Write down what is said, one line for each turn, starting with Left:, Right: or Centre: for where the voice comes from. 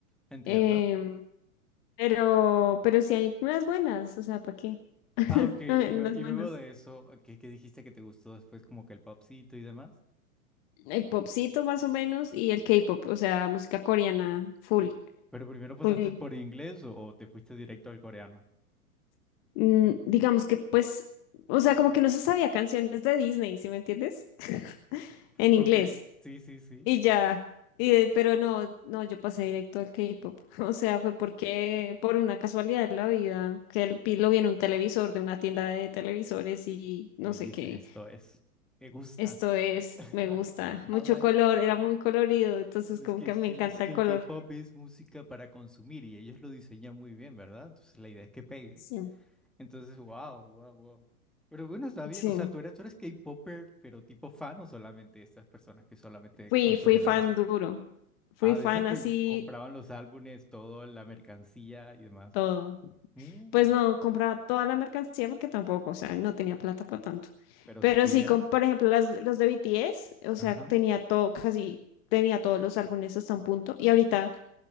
Centre: Entiendo.
Left: Em, pero, pero sí hay unas buenas, o sea, ¿para qué?
Centre: Ah,
Left: <laughs>
Centre: ok. Y,
Left: Hay
Centre: lue-
Left: unas
Centre: y
Left: buenas.
Centre: luego de eso, ¿qué, qué dijiste que te gustó después como que el popcito y demás?
Left: El popcito más o menos y el K-pop, o sea, música coreana full,
Centre: Pero primero pasaste
Left: full.
Centre: por inglés o, o te fuiste directo al coreano.
Left: Mm, digamos que pues, o sea, como que no se sabía canciones de Disney, ¿sí me entiendes? En inglés.
Centre: Ok, sí, sí, sí.
Left: Y ya, y, de- pero no, no, yo pasé directo al K-pop. <laughs> O sea, fue porque, por una casualidad de la vida, que el pilo vi en un televisor de una tienda de televisores y no
Centre: Y dijiste,
Left: sé qué.
Centre: esto es, me gusta.
Left: Esto es,
Centre: <laughs>
Left: me gusta, mucho
Centre: I like.
Left: color, era muy colorido, entonces
Centre: No,
Left: como
Centre: Es que,
Left: que
Centre: es
Left: me
Centre: que
Left: encanta
Centre: es que
Left: el
Centre: el
Left: color.
Centre: K-pop es música para consumir y ellos lo diseñan muy bien, ¿verdad? Entonces la idea es que pegue.
Left: Sí.
Centre: Entonces, wow, wow, wow. Pero bueno, está bien.
Left: Sí,
Centre: O sea, tú eres, tú eres K-popper, pero tipo fan o solamente esas personas que solamente
Left: fui,
Centre: consumen
Left: fui fan
Centre: la música.
Left: duro, fui
Centre: Ah,
Left: fan
Centre: de esas que
Left: así
Centre: compraban los álbumes, todo, la mercancía y demás.
Left: todo.
Centre: Uh,
Left: pues no compraba toda la mercancía porque tampoco, o sea, no tenía plata para tanto.
Centre: pero
Left: Pero
Centre: si pudieras.
Left: sí, con, por ejemplo, las, los de BTS, o sea,
Centre: Ajá.
Left: tenía todo, casi tenía todos los álbumes hasta un punto. Y ahorita